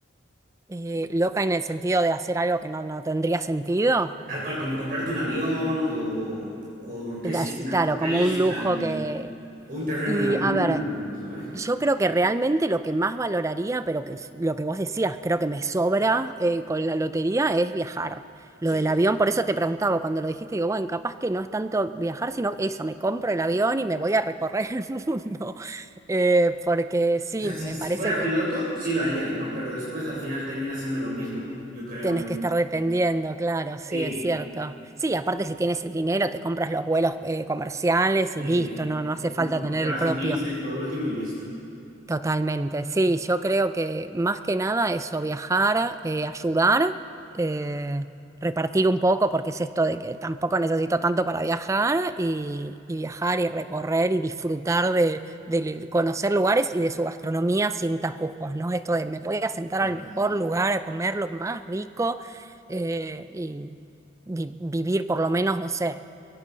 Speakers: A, on the right (about 15°); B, on the right (about 50°).
A: Eh, loca en el sentido de hacer algo que no, no tendría sentido.
B: Tal cual, como comprarte un avión o, o qué
A: Das-
B: sé, una,
A: Claro,
B: una
A: como
B: isla,
A: un lujo
B: digamos,
A: que...
B: o un terreno
A: Y
B: en la luna,
A: a ver.
B: digamos, ¿no? eh
A: Yo creo que realmente lo que más valoraría, pero que es lo que vos decías, creo que me sobra eh, con la lotería, es viajar. Lo
B: Sí.
A: del avión, por eso te preguntaba cuando lo dijiste, digo, bueno, capaz que no es tanto viajar, sino eso, me compro el avión y me voy a recorrer el <laughs> mundo. Eh, porque sí,
B: O sea, si,
A: me
B: si
A: parece
B: fuera
A: que
B: piloto, sí lo haría, ¿no? Pero después al final termina siendo lo mismo, yo creo.
A: tenés que estar dependiendo, claro, sí,
B: Sí,
A: es cierto. Sí, aparte si tienes el dinero, te compras los vuelos eh, comerciales
B: sí,
A: y listo, no, no hace
B: ¿qué te
A: falta
B: importa?
A: tener
B: Te vas
A: el propio.
B: en business por último y listo.
A: Totalmente, sí, yo creo que más que nada eso, viajar, eh, ayudar, eh, repartir un poco, porque es esto de que tampoco necesito tanto para viajar y, y viajar y recorrer y disfrutar de, de conocer lugares y de su gastronomía sin tapujos, ¿no? Esto de me voy a sentar
B: Claro,
A: al mejor lugar a comer lo más rico eh, y vi- vivir por lo menos, no sé